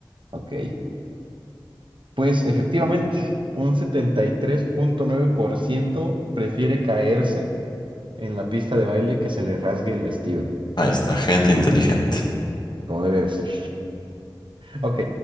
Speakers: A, on the right (about 75°); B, on the left (about 55°).
A: Ok. Pues efectivamente, un setenta y tres punto nueve por ciento prefiere caerse en la pista de baile que se le rasgue el vestido,
B: Ahí está, gente inteligente.
A: como debe de ser. Ok,